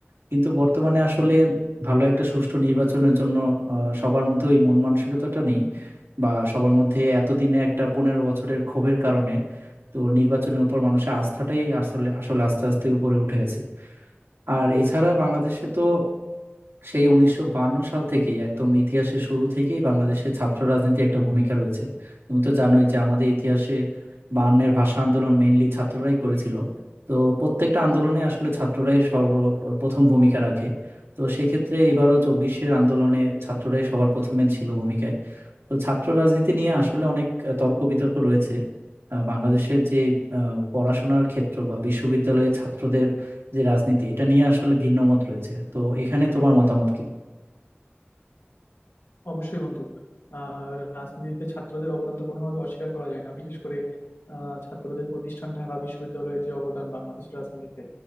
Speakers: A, on the right; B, on the left.
A: কিন্তু বর্তমানে আসলে ভালো একটা সুষ্ঠু নির্বাচনের জন্য আহ, সবার মধ্যে ওই মন মানসিকতাটা নেই বা সবার মধ্যে এতদিনে একটা পনেরো বছরের ক্ষোভের কারণে তো নির্বাচনের উপর মানুষের আস্থাটাই আসলে আসলে আস্তে আস্তে উপরে উঠে গেছে আর এছাড়া বাংলাদেশে তো সেই উনিশশো বায়ান্ন সাল থেকেই একদম ইতিহাসের শুরু থেকেই বাংলাদেশে ছাত্র রাজনীতি একটা ভূমিকা রয়েছে তুমি তো জানোই যে আমাদের ইতিহাসে বায়ান্নের ভাষা আন্দোলন মেইনলি ছাত্ররাই করেছিল তো প্রত্যেকটা আন্দোলনে আসলে ছাত্ররাই সর্বপ্রথম ভূমিকা রাখে তো সেক্ষেত্রে এবারও চব্বিশের আন্দোলনে ছাত্ররাই সবার প্রথমে ছিল ভূমিকায় তো ছাত্র রাজনীতি নিয়ে আসলে অনেক আহ, তর্ক বিতর্ক রয়েছে আহ, বাংলাদেশের যে আহ, পড়াশোনার ক্ষেত্র বা বিশ্ববিদ্যালয়ে ছাত্রদের যে রাজনীতি এটা নিয়ে আসলে ভিন্ন মত রয়েছে তো এখানে তোমার মতামত কি
B: অবশ্যই বন্ধু আহ রাজনীতিতে ছাত্রদের অবদান তো কোনোভাবে অস্বীকার করা যায় না বিশেষ করে আহ ছাত্রদের প্রতিষ্ঠান ঢাকা বিশ্ববিদ্যালয়ের যে অবদান বাংলাদেশের রাজনীতিতে